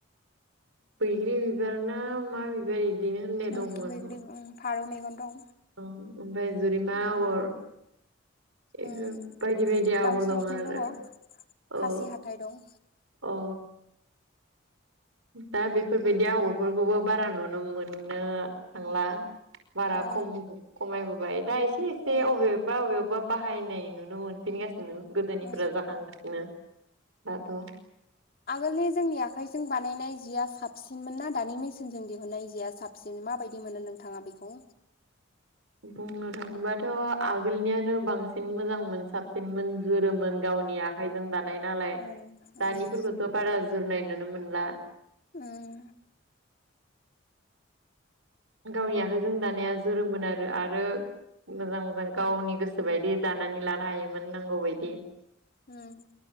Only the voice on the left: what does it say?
उम
बैग्रि उम फारौ मेगन दं
उम
उम
दाउस्रि
आथिं
दङ
खासि हाथाइ दं
औ
औ
औ
आगोलनि जोंनि आखाइजों बानायनाय जिया साबसिनमोन ना दानि मेसिनजों दिहुननाय जिया साबसिन? माबायदि मोनो नोंथाङा बिखौ?
उम
उम
उम
उम